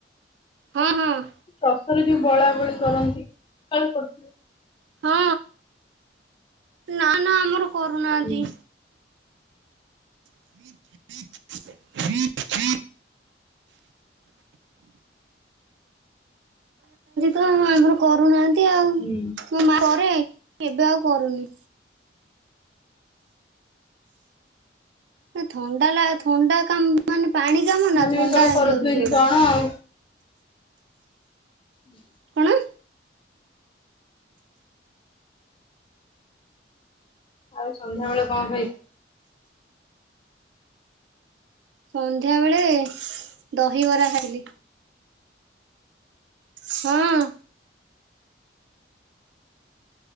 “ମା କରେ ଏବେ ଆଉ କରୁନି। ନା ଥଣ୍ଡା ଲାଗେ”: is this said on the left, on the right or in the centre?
Right